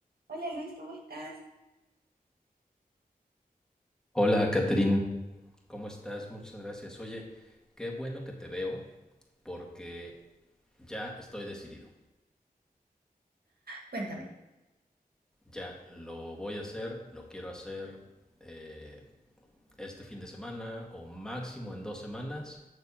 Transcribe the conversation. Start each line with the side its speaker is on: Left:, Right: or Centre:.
Right: Hola Luis, ¿cómo estás?
Centre: Hola, Catherine. ¿Cómo estás? Muchas gracias. Oye, qué bueno que te veo porque ya estoy decidido.
Right: Cuéntame.
Centre: Ya lo voy a hacer, lo quiero hacer eh, este fin de semana o máximo en dos semanas,